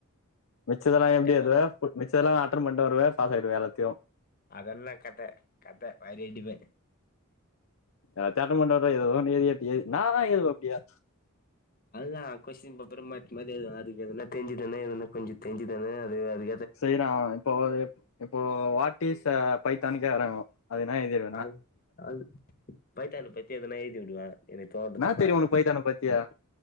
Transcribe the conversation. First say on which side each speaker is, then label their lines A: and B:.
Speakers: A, on the left; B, on the left.
A: மிச்சத்தெல்லா எப்டி எழுதுவ
B: வரும்
A: மிச்சதெல்லா அட்டர்ன் பண்ட்டு வருவவே பாசாய்டுவ எல்லாத்தையு
B: அதெல்லா கதெ கதெ வாரி அடிப்ப
A: எல்லாத்யு அட்டன் பண்ட்டு வருவ ஏதோன்னு எழ்திட்டு என்னா தா ஏதுவ அப்டியே
B: அதுதா கொஷின் பேப்பரே மாத்தி மாத்தி ஏழுதுவே அதுக்கு எதனா தேஞ்சுதானே என கொஞ்சோ தேஞ்சுதானே அது அது
A: செய்றா இப்போ இப்போ வாட் இஸ் அ பைத்தான்னு கேக்குறாங்கோ அதுக்கு எனா எழு
B: அ அது பைத்தான பத்தி எதனா எழுதி வுடுவே எனக்கு தோன்றதெல்லா
A: என்னா தெரியு உனக்கு பைத்தான பத்தியா